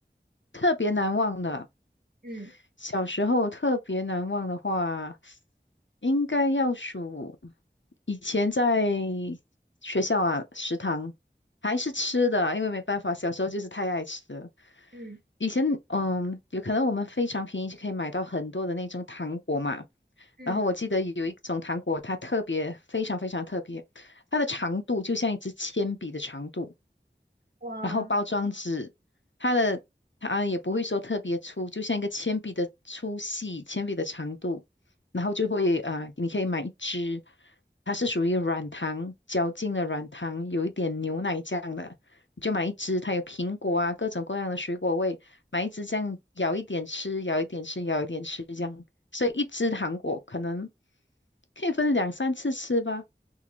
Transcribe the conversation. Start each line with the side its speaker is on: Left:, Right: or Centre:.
Left: 特别难忘的。
Right: 嗯
Left: 小时候特别难忘的话，应该要数以前在学校啊，食堂还是吃的，因为没办法，小时候就是太爱吃了。
Right: 嗯
Left: 以前嗯，有可能我们非常便宜就可以买到很多的那种糖果嘛。
Right: 嗯，
Left: 然后我记得有一种糖果，它特别非常非常特别，它的长度就像一支铅笔的长度。
Right: 哇，
Left: 然后包装纸，它的它也不会说特别粗，就像一个铅笔的粗细、铅笔的长度，然后就会啊、呃你可以买一支，它是属于软糖嚼劲的软糖，有一点牛奶酱的，你就买一支，它有苹果啊，各种各样的水果味，买一支这样咬一点吃，咬一点吃，咬一点吃这样，所以一支糖果可能可以分两三次吃吧，